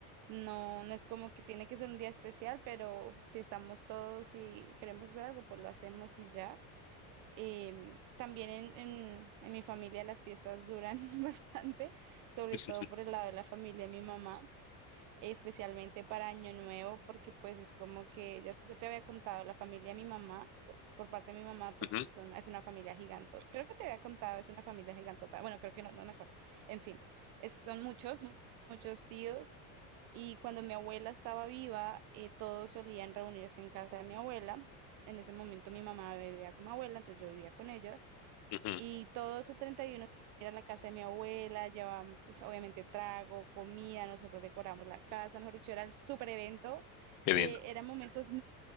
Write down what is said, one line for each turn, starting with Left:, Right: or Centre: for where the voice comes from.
Right: No, no es como que tiene que ser un día especial, pero si estamos todos y queremos hacer algo, pues lo hacemos y ya. Eh, también en, en, en mi familia las fiestas duran <laughs> bastante, sobre
Left: <laughs>
Right: todo por el lado de la familia de mi mamá, especialmente para Año Nuevo, porque pues es como que ya, yo te había contado, la familia de mi mamá, por, por parte de mi mamá, pues
Left: ujú,
Right: es una, es una familia gigantota. Creo que te había contado, es una familia gigantota. Bueno, creo que no, no me acuerdo. En fin, es- son muchos, muchos tíos y cuando mi abuela estaba viva, eh, todos solían reunirse en casa de mi abuela. En ese momento mi mamá vivía con mi abuela, entonces yo vivía con ella.
Left: ujú.
Right: Y todo ese 31 ir a la casa de mi abuela, llevaban pues obviamente trago, comida, nosotros decoramos la casa, mejor dicho, era el super evento
Left: Qué
Right: y
Left: lindo.
Right: eh, eran momentos mu-